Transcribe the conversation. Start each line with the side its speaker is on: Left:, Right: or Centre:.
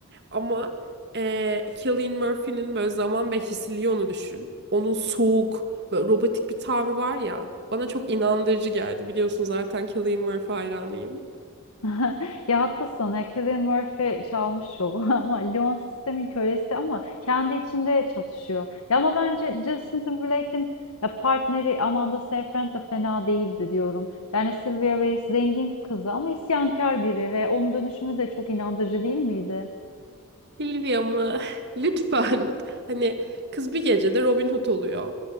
Right: Ama e, Cillian Murphy'nin böyle zaman Bechdelia'nı düşün. Onun soğuk, böyle robotik bir tavrı var ya. Bana çok inandırıcı geldi. Biliyorsun zaten Cillian Murphy hayranıyım.
Left: <laughs> Ya haklısın. Ya Cillian Murphy çalmış şovu <laughs> ama Leon sistemin kölesi ama kendi içinde çatışıyor. Ya ama bence Justin Timberlake'in ya partneri Amanda Seyfried de fena değildi diyorum. Yani Sylvia Weiss zengin kızı ama isyankar biri ve onun dönüşümü de çok inandırıcı değil miydi?
Right: Silvia mı? <laughs> Lütfen. Hani kız bir gecede Robin Hood oluyor.